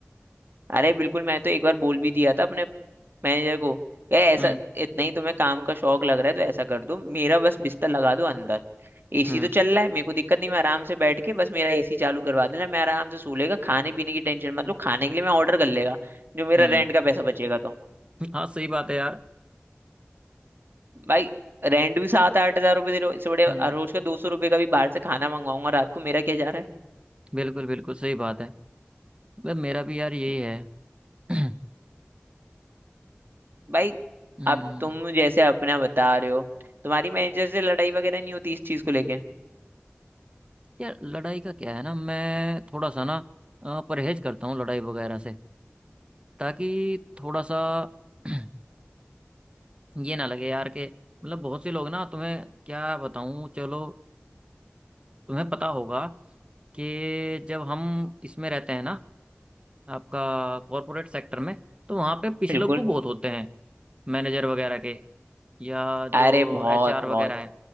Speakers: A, on the right (about 55°); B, on the right (about 25°).
A: अरे बिल्कुल मैं तो एक बार बोल भी दिया था अपने मैनेजर को यार ऐसा
B: हम्म
A: इतना ही तुम्हें काम का शौक लग रहा है तो ऐसा कर दो मेरा बस बिस्तर लगा दो अंदर एसी
B: हम्म
A: तो चल रहा है मेरे को दिक्कत नहीं मैं आराम से बैठ के बस मेरा एसी चालू करवा देना मैं आराम से सो लेगा खाने पीने की टेंशन मत लो खाने के लिए मैं ऑर्डर कर लेगा जो मेरा
B: हम्म
A: रेंट का पैसा बचेगा तो
B: हाँ सही बात है यार
A: भाई रेंट भी सात आठ हजार रुपये दे रहे हो इससे बड़े
B: हम्म
A: हर रोज का दो सौ रुपये का भी बाहर से खाना मंगाऊंगा रात को मेरा क्या जा रहा
B: बिल्कुल बिल्कुल सही बात है मतलब मेरा भी यार यही
A: है
B: है <clears throat>
A: भाई
B: हम्म,
A: अब तुम जैसे अपना बता रहे हो तुम्हारी मैनेजर से लड़ाई वगैरह नहीं होती इस चीज को लेके
B: यार लड़ाई का क्या है ना मैं थोड़ा सा ना अ, परहेज करता हूँ लड़ाई वगैरह से ताकि थोड़ा सा <clears throat> ये ना लगे यार कि मतलब बहुत से लोग ना तुम्हें क्या बताऊं चलो तुम्हें पता होगा कि जब हम इसमें रहते हैं ना आपका कॉरपोरेट सेक्टर में तो वहां पे पिछले
A: बिल्कुल
B: को बहुत होते हैं मैनेजर वगैरह के या
A: अरे
B: जो
A: बहुत
B: एचआर
A: बहुत
B: वगैरह है